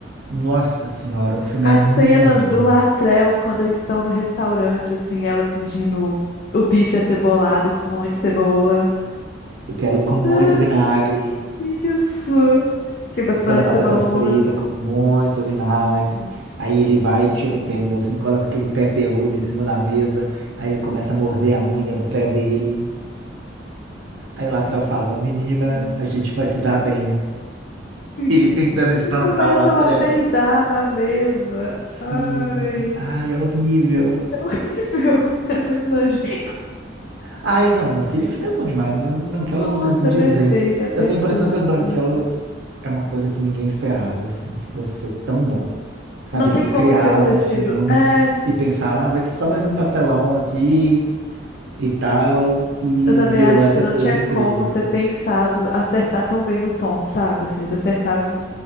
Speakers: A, on the right; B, on the left.
A: Nossa senhora, o filme
B: As
A: é muito
B: cenas do
A: bom.
B: Latrell quando eles estão no restaurante, assim, ela pedindo o bife acebolado com um monte de cebola.
A: Eu quero com muito
B: Ah,
A: vinagre.
B: isso! E bastante
A: Eu quero batata
B: cebola.
A: frita com muito vinagre. Aí ele vai, e tira o tênis assim, coloca aquele pé peludo em cima da mesa. Aí ele começa a morder a unha do pé dele. Aí o Latrell fala: Menina,
B: Sim.
A: a gente vai se dar bem.
B: <laughs>
A: Ele tentando espantar
B: Eles começam
A: o Latrell.
B: a peidar na mesa.
A: Sim,
B: Ai,
A: ai, é horrível.
B: é horrível. <laughs> É muito nojento.
A: Ai, não, aquele filme é bom demais. As branquelas
B: Nossa,
A: não tem o que dizer.
B: é perfeito, é perfeito.
A: Eu tenho a impressão que as branquelas
B: cara.
A: é uma coisa que ninguém esperava, assim, de você ser tão bom. Sabe,
B: Não
A: eles
B: tem
A: criaram
B: como aquilo ter
A: o
B: sido.
A: filme
B: É,
A: e pensaram, ah, vai ser só mais um pastelão aqui e tal, e
B: eu também
A: virou
B: acho
A: essa
B: que não
A: coisa
B: tinha
A: incrível.
B: como ser pensado acertar tão bem no tom, sabe? Assim, eles acertaram